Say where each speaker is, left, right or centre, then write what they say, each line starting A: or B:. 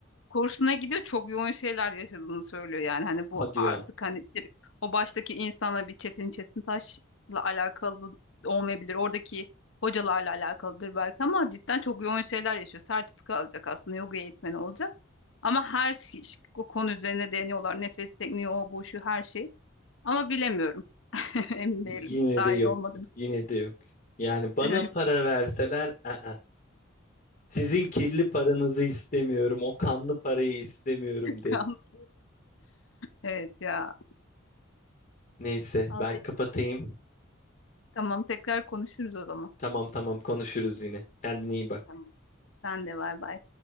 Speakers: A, on the left; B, on the left.
A: kursuna gidiyor çok yoğun şeyler yaşadığını söylüyor yani hani bu
B: Hadi
A: artık
B: ya.
A: hani direkt o baştaki insana bir Çetin Çetintaş'la alakalı olmayabilir. Oradaki hocalarla alakalıdır belki ama cidden çok yoğun şeyler yaşıyor. Sertifika alacak aslında yoga eğitmeni olacak. Ama her şey, o konu üzerine deniyorlar. Nefes tekniği o bu şu her şey. Ama bilemiyorum. <laughs> Emin değilim.
B: Yine
A: Dahil
B: de yok.
A: olmadım.
B: Yine de yok. Yani bana
A: Evet.
B: para verseler ı Sizin kirli paranızı istemiyorum. O kanlı parayı istemiyorum
A: <laughs>
B: derim.
A: Evet ya.
B: Neyse
A: Vallahi
B: ben kapatayım.
A: tamam tekrar konuşuruz o zaman.
B: Tamam tamam konuşuruz yine. Kendine iyi bak.
A: Tamam. Sen de bay bay.